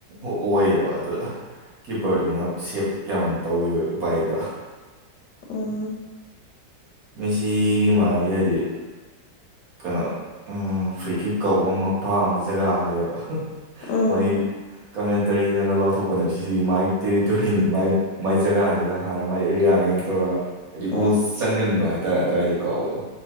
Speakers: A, on the right; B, on the left.
A: ꯑꯣꯏꯌꯦꯕ ꯑꯗꯨꯗ ꯀꯤꯞꯄꯔꯗꯨꯅ ꯁꯦꯞ ꯌꯥꯝꯃꯟ ꯇꯧꯋꯕ ꯎꯄꯥꯏꯗ
B: ꯎ <unintelligible> <inaudible>
A: ꯃꯁꯤꯒꯤ ꯃꯥꯏ ꯍꯥꯏꯗꯤ ꯀꯩꯅꯣ ꯐ꯭ꯔꯤ ꯀꯛ ꯀꯧꯕ ꯃꯄꯥ ꯑꯃ ꯖꯒꯥ ꯑꯃ ꯂꯩꯌꯦꯕ
B: ꯎꯝ
A: ꯃꯣꯏ ꯀꯃꯦꯟꯇꯔꯤꯅꯒ ꯂꯥꯎꯊꯣꯛꯄꯅꯦꯕ ꯁꯤꯗꯤ ꯃꯥꯏ ꯇꯦꯔꯤꯇꯣꯔꯤꯅꯤ ꯃꯥꯏ ꯃꯥꯏ ꯖꯒꯥꯅꯤꯒ ꯍꯥꯏꯔ ꯃꯥꯏ ꯑꯦꯔꯤꯌꯥꯅꯤꯒ ꯇꯧꯔꯒ ꯍꯥꯏꯗꯤ
B: ꯎꯝ
A: ꯒꯣꯜ ꯆꯪꯒꯟꯕ ꯍꯥꯏꯇꯥꯔꯦ ꯑꯗꯨꯋꯥꯏꯗꯩ ꯀꯥꯎꯕꯗꯣ